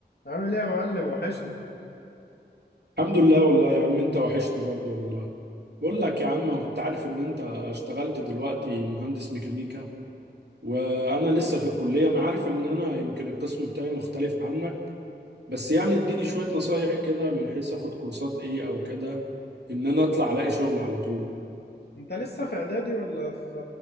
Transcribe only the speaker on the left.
عامل ايه يا معلم وحشني
انت لسه في اعدادي ولا في